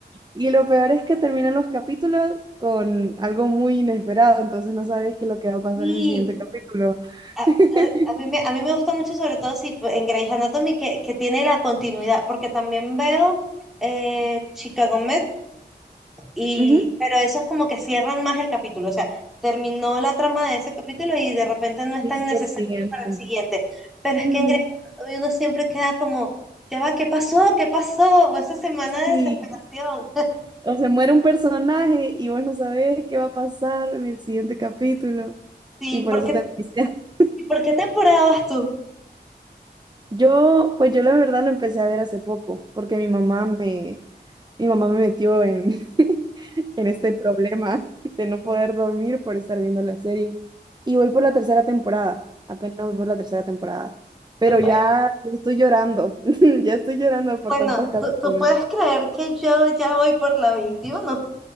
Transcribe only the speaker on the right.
y lo peor es que terminan los capítulos con algo muy inesperado, entonces no sabes qué es lo que va a pasar
en el siguiente capítulo.
<laughs>
Ujú.
Y
sigue
el siguiente.
Ujú.
Sí,
o se muere un personaje y vos no sabés qué va a pasar en el siguiente capítulo,
y por
eso te <laughs> envicias.
Yo, pues yo la verdad lo empecé a ver hace poco, porque mi mamá me, mi mamá me metió en, <laughs> en este problema de no poder dormir por estar viendo la serie. Y voy por la tercera temporada, apenas voy por la tercera temporada. Pero
ya, ya estoy llorando, <laughs> ya estoy llorando por
tantos capítulos.